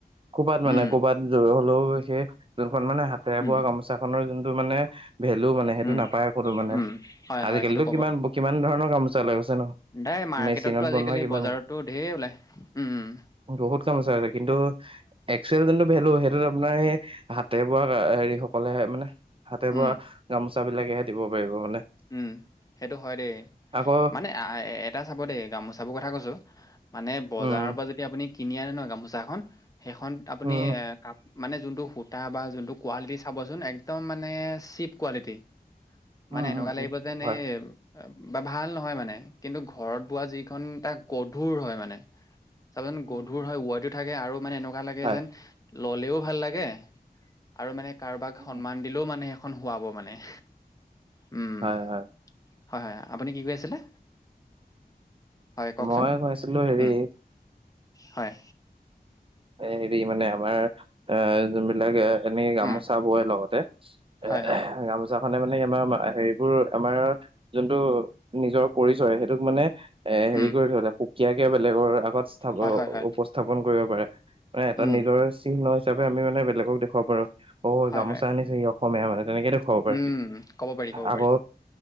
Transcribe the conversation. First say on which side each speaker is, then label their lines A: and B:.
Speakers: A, on the right (about 35°); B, on the left (about 20°).
A: ক'ৰবাত মানে
B: উম,
A: ক'ৰবাত গৈ হ'লেও, সেই যোনখন মানে হাতেৰে
B: উম,
A: বোৱা গামোচাখনৰ যোনটো মানে, ভেলু মানে। সেইটো
B: উম,
A: নাপায় ক'তো মানে।
B: উম, হয়,
A: আজিকালিতো
B: হয়। সেইটো
A: কিমান, কিমান ধৰণৰ গামোচা ওলাই গৈছে ন'।
B: এই মাৰ্কেটতটো
A: মেচিনত
B: আজিকালি
A: বনোৱা কিমান
B: বজাৰতো ঢেৰ ওলাই। উম্ উম্।
A: বহুত কাম আছে, কিন্তু এক যোনটো ভেলু, সেইটো আপোনাৰ সেই হাতে বোৱা হেৰি সকলে মানে, হাতে
B: উম,
A: বোৱা গামোচা বিলাকেহে দিব পাৰিব মানে।
B: উম্, সেইটো হয় দেই।
A: আকৌ
B: মানে এটা চাব দেই, গামোচাবোৰ কথা কৈছোঁ। মানে, বজাৰৰ
A: উম
B: পৰা যদি আপুনি কিনি আনে ন' গামোচা খন সেইখন আপুনি
A: উম
B: এ- কাপ মানে যোনটো সূতা বা যোনটো কোৱালিটি চাবচোন, একদম মানে চিপ কোৱালিটি।
A: উম
B: মানে এনকা
A: উম
B: লাগিব
A: উম
B: যেন
A: হয়
B: এ এব ভাল নহয় মানে, কিন্তু ঘৰত বোৱা যি খন তাক গধুৰ হয় মানে। চাবাচোন
A: উম
B: গধুৰ হয় ওৱেইটো থাকে আৰু মানে এনেক কোৱা লাগে
A: হয়
B: যেন ল'লেও ভাল লাগে আৰু মানে কাৰোবাক
A: উম
B: সম্মান
A: উম
B: দিলও মানে সেইখন শুৱাব মানে। উম
A: হয় হয়।
B: হয় হয়, আপুনি কি কৈ আছিলে? হয় কওকচোন
A: মই কৈ আছিলো হেৰি
B: উম' হয়।
A: এ হেৰি মানে আমাৰ অ' যোন বিলাক এ এনেকে গামোচা
B: উম
A: বয় লগতে <unintelligible>
B: হয় হয়
A: গামোচা- ছা খনে মানে আমাৰ সেইবোৰ আমাৰ যোনটো নিজৰ পৰিচয় সেইটোক মানে এ হেৰি
B: উম
A: কৰি থ'লে সুকীয়াকে বেলেগৰ আগত স্থাপন
B: হয় হয় হয়
A: উপস্থাপন কৰিব পাৰে। মানে এটা
B: উম
A: নিজৰ চিহ্ন হিচাপে আমি মানে বেলেগক দেখুৱা পাৰোঁ। অ'
B: হয়
A: গামোচা
B: হয়
A: আনিছে ই অসমীয়া মানে তেনেকেটো দেখুৱাব পাৰে
B: উম, ক'ব পাৰি, ক'ব
A: আকৌ
B: পাৰি।